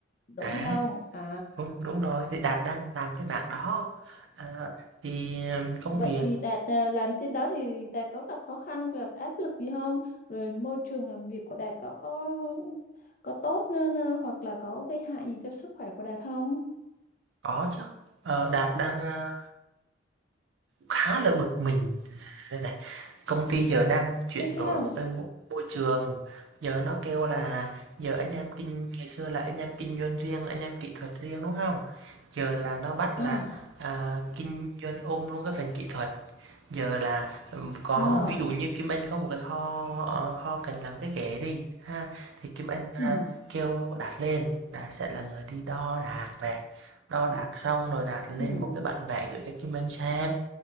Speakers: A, on the left; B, on the right.
A: đúng
B: À,
A: không à
B: đúng đúng rồi thì Đạt đang làm cái mảng đó. À, thì um, công
A: Vậy
B: việc
A: thì Đạt à, làm trên đó thì Đạt có gặp khó khăn, gặp áp lực gì không? Rồi môi trường làm việc của Đạt có có có tốt nên à, hoặc là có gây hại gì cho sức khỏe của Đạt không?
B: Có chứ, ờ, Đạt đang, a, khá là bực mình đây này. Công ty giờ đang chuyển
A: Tại sao?
B: đổi một cái mô môi trường, giờ nó kêu là giờ anh em kinh ngày xưa là anh em kinh doanh riêng, anh em kỹ thuật riêng, đúng không? Giờ là nó bắt
A: À,
B: là, à, kinh doanh ôm luôn cái phần kỹ thuật giờ là có
A: à,
B: ví dụ như Kim Anh có một cái kho ờ, kho cần làm cái ghế đi ha thì Kim Anh à,
A: ừ,
B: kêu Đạt lên Đạt sẽ là người đi đo đạc này đo đạc xong rồi Đạt lên
A: ừ,
B: một cái bản vẽ gửi cho Kim Anh xem